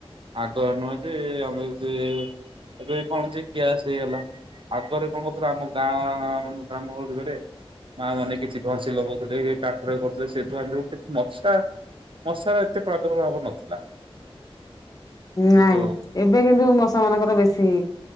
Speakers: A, on the right; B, on the left.
A: ଆଗ‌ଆ ନୁହେଁ ଯେ ଆମ ଯେ ଏବେ କଣ ଯେ ଗ୍ୟାସ୍ ହେଇଗଲା। ଆଗରେ କଣ ହ‌ଉଥିଲା ଆମ ଗାଁଆ <unintelligible> ମା ମାନେ କିଛି ଘଷି ଲଗଉଥିଲେ, <unintelligible> ଲ କାଠରେ କରୁଥିଲେ ସେ ଧୁଆଁ ଯୋଉ କି ମଶା ମଶାର ଏତେ ପ୍ରାଦୁର୍ଭ ଭାବ ନଥିଲା। ଏବେ
B: ନାଇଁ
A: ତ
B: ଏବେ କିନ୍ତୁ ମଶା ମାନଙ୍କର ବେଶୀ